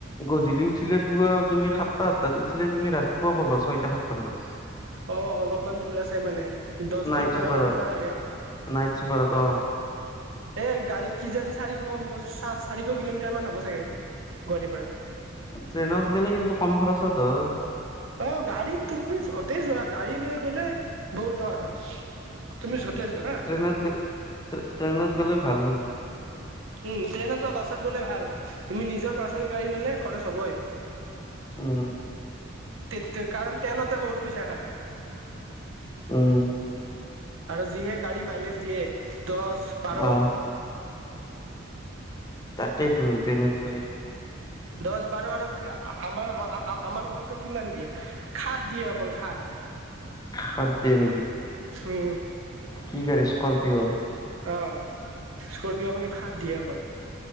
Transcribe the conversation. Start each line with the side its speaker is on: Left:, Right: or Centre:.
Left: গধূলি উঠিলে পুৱা তুমি সাতটা, আঠটাত উঠিলে তুমি ৰাতিপুৱা পাবা। ছয়টা সাতটা মানত-
Right: অ অলপমান দূৰ আছে। মানে দছ
Left: নাইট
Right: ঘন্টা
Left: চুপাৰত
Right: বাৰ ঘন্টা লাগে-
Left: নাইট চুপাৰত অ-
Right: এ গাড়ীত কিজানি চাৰিশ, চাৰিশ কিলোমিটাৰ মান হ'ব চাগে গুৱাহাটীৰ, পৰা।
Left: ট্ৰেইনত গেলে কিন্তু কম খৰচত হয়-
Right: অ গাড়ীত তুমি যতেই যোৱা গাড়ী লৈ গলে বহুত টকা খৰচ। তুমি যতে যোৱা হা।
Left: ট্ৰেইত ট্ৰেইনত গ'লে ভাল কিন্তু।
Right: উম ট্ৰেইনত, বাছত গ'লে ভাল তুমি নিজৰ পাৰ্চনেল গাড়ী, ল'লে খৰচ হ'বই।
Left: উম, -
Right: তে কাৰণ তেলতে বহুত পইচা খায়।
Left: উম,
Right: আৰু যিহে গাড়ী মাইলেজ দিয়ে দহ বাৰ-
Left: অ', তাকেইেতো তেনেকৈ-
Right: দহ বাৰ আৰু কি আমাৰ আমাৰখনতো কিমান দিয়ে। সাত দিয়ে অকল সাত-
Left: সাত দিয়ে নেকি
Right: উম
Left: কি গাড়ী, স্কৰপিঅ'ৰ।
Right: অ, স্কপিঅ খন সাত দিয়ে অকল